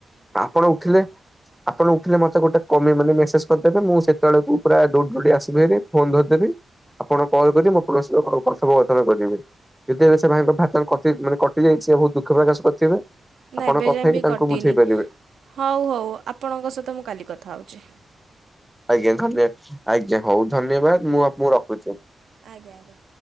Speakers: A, in the centre; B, on the right.
A: ଆପଣ ଉଠିଲେ ଆପଣ ଉଠିଲେ ମତେ ଗୋଟେ କମି ମାନେ ମେସେଜ କରିଦେବେ ମୁଁ ସେ ତେଳକୁ ପୁରା ଦୌଡି ଦୌଡ଼ି ଆସିବି ହାରି। ଫୋନ ଧରିଦେବି ଆପଣ କଲ୍ କରିବେ ମୋ ପ୍ଲସ କଥୋପକଥନ କରିବି। ଯେତେଳେ ସେ ଭାଇଙ୍କଥା ଭା କଟି ମାନେ କଟିଯାଇଛି ସେ ବହୁତ ଦୁଃଖ ପ୍ରକାଶ କରିଥିବେ। ଆପଣ
B: ନା ଏବେ
A: କଥା
B: ଯାଏ
A: ହେଇକି
B: ବି
A: ତାଙ୍କୁ
B: କଟିନି
A: ବୁଝେଇ ପାରିବେ
B: ହଉ ହଉ ଆପଣଙ୍କ ସହିତ ମୁଁ କାଲି କଥା ହେଉଛି।
A: ଆଜ୍ଞା ଧନ୍ୟ ଆଜ୍ଞା ହଉ ଧନ୍ୟବାଦ ମୁଁ ଆପ ମୁଁ ରଖୁଛି।
B: ଆଜ୍ଞା ଆଜ୍ଞା।